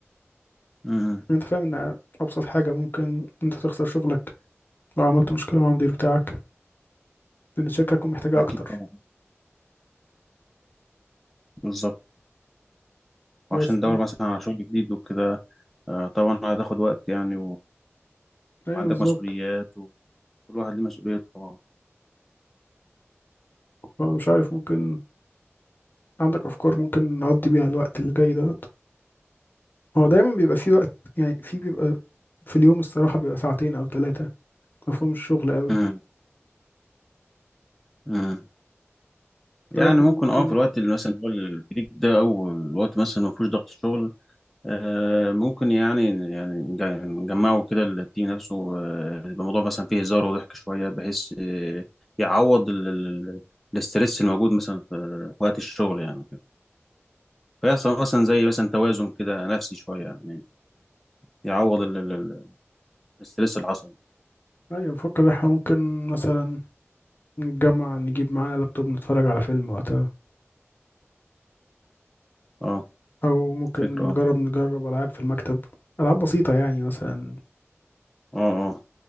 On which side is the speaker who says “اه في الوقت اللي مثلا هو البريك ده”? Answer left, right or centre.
Centre